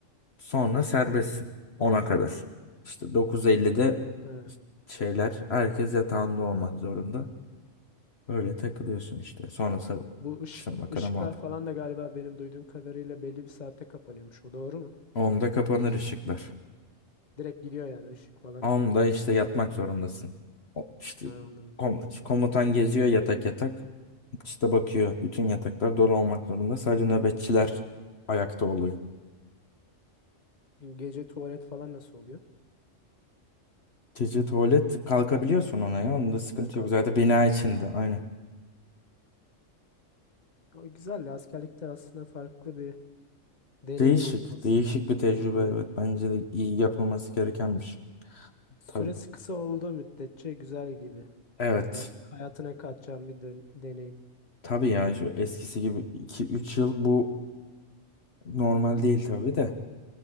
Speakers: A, on the left (about 55°); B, on the left (about 35°).
A: Sonra serbestsin Ona kadar. İşte 9.50'de
B: Ha.
A: şeyler herkes yatağında olmak zorunda. Öyle takılıyorsun işte. Sonrası
B: Bu ışık,
A: işte makara
B: ışıklar
A: muhabbet.
B: falan da galiba benim duyduğum kadarıyla belli bir saatte kapanıyormuş. O doğru mu?
A: 10'da kapanır ışıklar.
B: Direkt gidiyor yani ışık falan
A: Onda işte
B: yok.
A: yatmak zorundasın. O- İşte
B: Ha, anladım.
A: kom- komutan geziyor yatak yatak. İşte bakıyor bütün yataklar dolu olmak zorunda. Sadece nöbetçiler ayakta oluyor.
B: Gece tuvalet falan nasıl oluyor?
A: Gece tuvalet kalkabiliyorsun ona ya. Onda sıkıntı
B: Ha, kalkabiliyorsun.
A: yok. Zaten bina içinde. Aynen.
B: O güzel. ya, Askerlikte aslında farklı bir deneyim
A: Değişik.
B: aslında.
A: Değişik bir tecrübe.
B: Aynen.
A: Evet bence de iyi yapılması gerekenmiş.
B: Süresi
A: Tabii.
B: kısa olduğu müddetçe güzel gibi.
A: Evet.
B: Yani ha- hayatına katacağım bir den- deneyim.
A: Tabii ya şu eskisi gibi iki üç yıl bu normal değil tabii de.